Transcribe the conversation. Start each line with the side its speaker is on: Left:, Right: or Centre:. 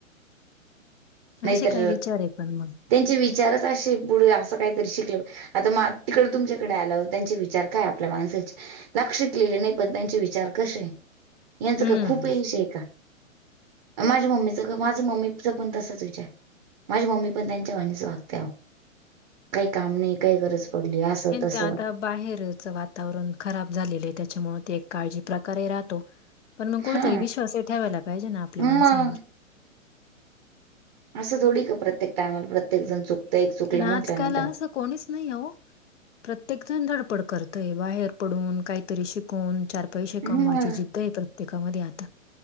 Right: नाही
Left: असे
Right: तर
Left: काय विचार आहे पण मग
Right: त्यांचे विचारच असे पुढे असं काहीतरी शिकलं आता म तिकड तुमच्या आलं त्यांचे विचार काय आपल्या माणसाचे लक्ष ललेले नाही पण त्यांचे विचार कसे यांचं
Left: हम्म
Right: काय खूप येश आहे का माझ्या मम्मीचं माझं मम्मीच पण तसाच विचार माझी मम्मी पण त्यांच्या वणीस वागते काही काम नाही काही गरज पडली असं तसं
Left: त्या आता बाहेरच वातावरण खराब झालेलं आहे त्याच्यामुळे ते एक काळजी प्रकारे राहतो. पण म कुठतरी
Right: हा
Left: विश्वास हे ठेवायला पाहिजे ना आपल्या
Right: मग.
Left: माणसांनवर.
Right: आसं थोडी का प्रत्येक टायमाला प्रत्येक जण चुकतय एक चुकलं
Left: आणि आजकाल
Right: म्हटल्यानंतर.
Left: असं कोणीच नाही हो, प्रत्येक जण धडपड करतय बाहेर पडून काहीतरी शिक कून चार पैसे
Right: मग
Left: कमवायची जिद्द आहे प्रत्येकामध्ये आता.